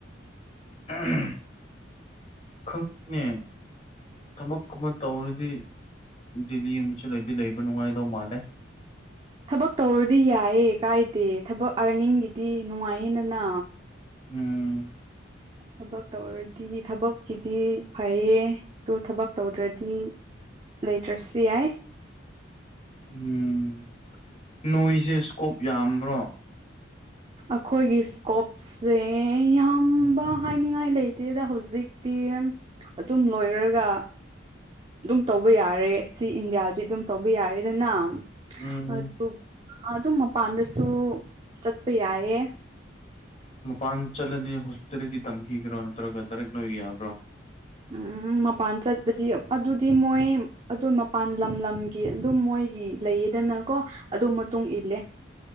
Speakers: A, on the left (about 35°); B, on the right (about 30°).
A: ꯎꯍꯨꯝ ꯈꯪꯅꯦ ꯊꯕꯛꯒꯨꯝꯕ ꯇꯧꯔꯗꯤ ꯗꯦꯜꯂꯤ ꯒꯨꯝꯕꯁꯨ ꯂꯩꯗꯤ ꯂꯩꯕ ꯅꯨꯡꯉꯥꯏꯗꯧ ꯃꯥꯜꯂꯦ
B: ꯊꯕꯛ ꯇꯧꯔꯗꯤ ꯌꯥꯏꯌꯦ ꯀꯥꯏꯗꯦ ꯊꯕꯛ ꯑꯥꯔꯅꯤꯡꯒꯤꯗꯤ ꯅꯨꯡꯉꯥꯏꯌꯦꯗꯅ
A: ꯎꯝ
B: ꯊꯕꯛ ꯇꯧꯔꯗꯤ ꯊꯕꯛꯀꯤꯗꯤ ꯐꯩꯌꯦ ꯇꯨ ꯊꯕꯛ ꯇꯧꯗ꯭ꯔꯗꯤ ꯂꯩꯇ꯭ꯔꯁꯨ ꯌꯥꯏ
A: ꯎꯝ ꯅꯣꯏꯁꯦ ꯁ꯭ꯀꯣꯞ ꯌꯥꯝꯕ꯭ꯔꯣ
B: ꯑꯩꯈꯣꯏꯒꯤ ꯏꯁꯀꯣꯞ ꯁꯦ ꯌꯥꯝꯕ ꯍꯥꯏꯅꯤꯡꯉꯥꯏ ꯂꯩꯇꯦꯗ ꯍꯧꯖꯤꯛꯇꯤ ꯑꯗꯨꯝ ꯂꯣꯏꯔꯒ ꯑꯗꯨꯝ ꯇꯧꯕ ꯌꯥꯔꯦ ꯁꯤ ꯏꯟꯗꯤꯌꯥꯗꯤ ꯑꯗꯨꯝ ꯇꯧꯕ ꯌꯥꯔꯦꯗꯅ
A: ꯎꯝ
B: ꯑꯗꯨ ꯑꯗꯨꯝ ꯃꯄꯥꯟꯗꯁꯨ ꯆꯠꯄ ꯌꯥꯏꯌꯦ
A: ꯃꯄꯥꯟ ꯆꯠꯂꯗꯤ ꯍꯣꯁꯄꯤꯇꯥꯂꯤꯇꯤ ꯇꯛꯄꯤꯒꯦꯔꯣ ꯅꯠꯇ꯭ꯔꯒ ꯗꯥꯔꯦꯛ ꯅꯣꯏ ꯌꯥꯕ꯭ꯔꯣ
B: ꯎꯝ ꯃꯄꯥꯟ ꯆꯠꯄꯗꯤ ꯑꯗꯨꯗꯤ ꯃꯣꯏ ꯑꯗꯨ ꯃꯄꯥꯟ ꯂꯝ ꯂꯝꯒꯤ ꯑꯗꯨꯝ ꯃꯣꯏꯒꯤ ꯂꯩꯌꯦꯗꯅꯀꯣ ꯑꯗꯨ ꯃꯇꯨꯡ ꯏꯜꯂꯦ